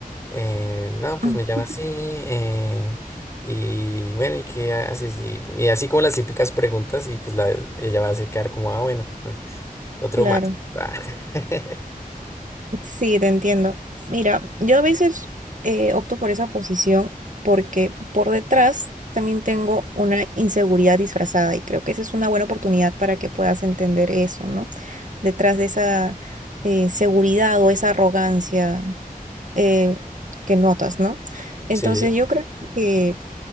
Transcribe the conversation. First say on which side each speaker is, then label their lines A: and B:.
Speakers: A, on the left; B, on the right.
A: "Eh, no, pues
B: <laughs>
A: me llamo así, eh, y bueno, ¿y qué haces? Y, y así como las típicas preguntas y pues la, ella va a se quedar como, ah, bueno, <laughs> otro
B: Claro.
A: más. <laughs>
B: Sí, te entiendo. Mira, yo a veces eh, opto por esa posición porque por detrás también tengo una inseguridad disfrazada y creo que esa es una buena oportunidad para que puedas entender eso, ¿no? detrás de esa eh, seguridad o esa arrogancia eh, que notas, ¿no? Entonces
A: Sí,
B: yo creo que